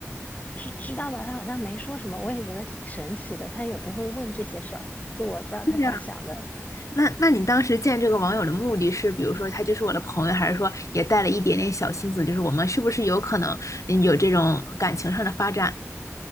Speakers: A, on the left; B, on the left.
A: 知知道吧？他好像没说什么，我也觉得挺神奇的。他也不会问这些事儿，就我不知道他咋想的。
B: 对呀。那那你当时见这个网友的目的是，比如说他就是我的朋友，还是说也带了一点点小心思，就是我们是不是有可能嗯有这种感情上的发展？